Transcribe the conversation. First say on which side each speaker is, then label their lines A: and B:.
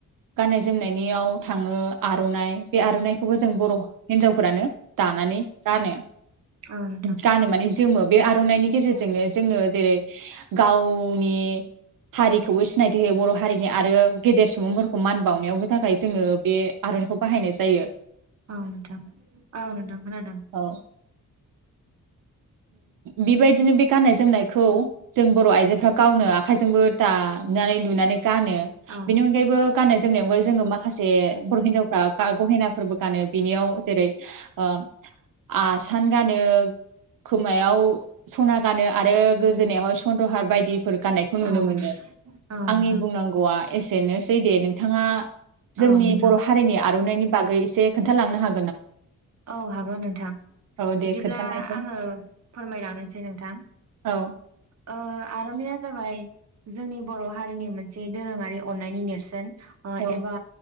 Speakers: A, on the right; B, on the right.
A: गाननाय जोमनायनियाव थाङो आर'नाइ बे आर'नाइखौबो जों बर' हिनजावफोरानो दानानै गानो।
B: औ नोंथां
A: गानो माने जोमो। बे आर'नाइनि गेजेरजोंनो जोङो जेरै गावनि बे हारिखौबो सिनायथि होयो बर' हारिनि आरो गेदेर सुबुंफोरखौ मान बावनायावबो थाखाय जोङो बे आ र'नाइखौ बाहायनाय जायो।
B: औ नोंथां औ नोंथां खोनादों।
A: औ बेबायदिनो बे गाननाय जोमनायखौ जों बर' आइजोफ्रा गावनो आखाइजोंबो दानानै लुनानै गानो।
B: औ
A: बेनि अनगायैबो गाननाय जोमनाय अनगायै जोङो माखासे बर' हिन्जावफ्रा गहेनाफोरबो गानो। बिनियाव जेरै ओ आसान गानो खोमायाव सना गानो आरो गोदोनायावहाय सन्द्रहार बायदि फोर गाननायखौ नुनो
B: औ
A: मोनो।
B: नोंथां औ
A: आंनि
B: नोंथां
A: बुंनांगौआ एसेनोसै दे नोंथाङा जोंनि
B: औ
A: बर' हारिनि आर'नाइनि बागै एसे खोन्थालांनो हा
B: औ हागोन नोंथां।
A: औ दे
B: बिदिब्ला
A: खोन्थालायसै
B: आङो फोरमायलांनोसै नोंथां।
A: औ
B: ओ आर'नाइया जाबाय जोंनि बर' हारिनि मोनसे दोरोङारि अन्नायनि नेरसोन। ओ
A: औ
B: एबा